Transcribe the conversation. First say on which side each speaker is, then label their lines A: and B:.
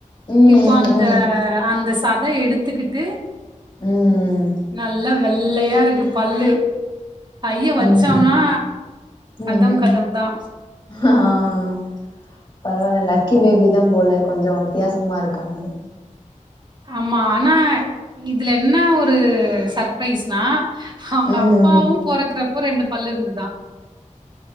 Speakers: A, on the left; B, on the right.
A: ம்
B: இப்ப அந்த
A: ம்
B: அந்தஸ் சத எடுத்துக்கிட்டு
A: ம்
B: நல்ல வெள வெள்ளையா இருக்கு பல்லு கைய வச்சோம்னா
A: ம் ஹூம் உம்
B: கதம் கதம் தா
A: அஹ் ஆஹ் பரவால்ல லக் க்கி பேபி தா போல கொஞ்ச வித்தியாசமா இருக்கான்ன
B: ஆமா ஆனா இதுல என்ன ஒரு சர்ப்ரைஸ்னா அவங்க
A: ம்
B: அப்பாவு பொறக்குறப்போ ரெண்டு பல்லு இருந்துதா